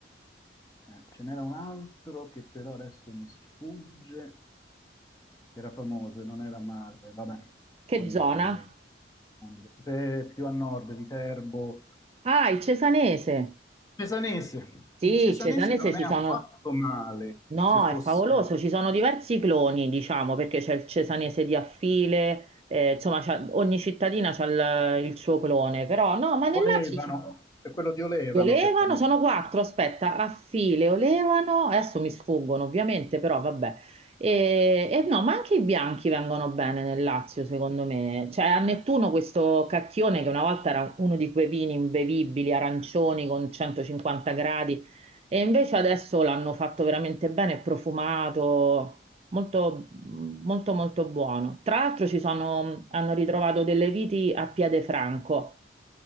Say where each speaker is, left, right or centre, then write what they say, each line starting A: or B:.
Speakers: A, on the left; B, on the right.
A: eh, ce n'era un altro che però adesso mi sfugge, che era famoso e non era male. Vabbè,
B: Che
A: poi mi
B: zona?
A: verrà in mente. Quando- Se è più a nord di Terbo,
B: Ah, il Cesanese.
A: Cesanese.
B: Sì,
A: Il Cesanese
B: il Cesanese
A: non
B: ci
A: è affatto
B: sono...
A: male,
B: No,
A: se fosse
B: è favoloso, ci sono diversi cloni, diciamo, perché c'è il Cesanese di Affile, eh, insomma c'ha- ogni cittadina ha il, il suo clone, però no, ma nel
A: Olevano,
B: Lazio...
A: c'è quello di Olevano
B: Li olevano,
A: che è famoso,
B: sono quattro,
A: no?
B: aspetta, a file olevano, adesso mi sfuggono ovviamente, però vabbè. E, e no, ma anche i bianchi vengono bene nel Lazio, secondo me. Cioè, a Nettuno questo cacchione che una volta era uno di quei vini imbevibili, arancioni con 150 gradi, e invece adesso l'hanno fatto veramente bene, è profumato, molto, molto, molto buono. Tra l'altro ci sono, hanno ritrovato delle viti a piede franco,